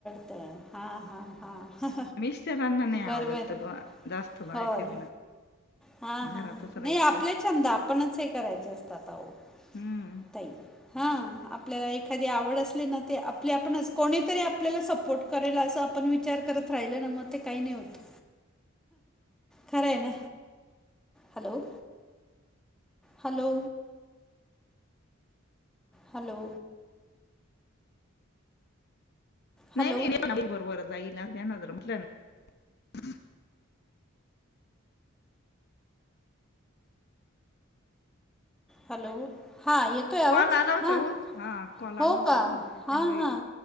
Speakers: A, in the centre; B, on the left.
A: हां हां हां.
B: मिस्टरांना नाही आवडत
A: बर बर
B: बा जास्त बाहेर
A: होय.
B: फिरणं.
A: हां
B: घरातच
A: हां
B: राहायचं
A: नाही आपले छंद आपणच हे करायचे असतात आहो.
B: हम्म.
A: ताई हां आपल्याला एखादी आवड असली ना ते आपली आपणच कोणीतरी आपल्याला सपोर्ट करेल अस आपण विचार करत राहिल ना मग ते काही नाही होत. खरय ना हॅलो हॅलो हॅलो
B: नाही
A: हॅलो
B: नाही हे पण अगदी बरोबर जाईल आमच्या ह्यांना जर म्हंटल ना
A: हॅलो हा येतोय आवाज?
B: कॉल आला होता
A: हा
B: हो हा कॉल आला
A: हो
B: होता
A: का
B: ना त्याच्यामुळे
A: हां हां
B: ते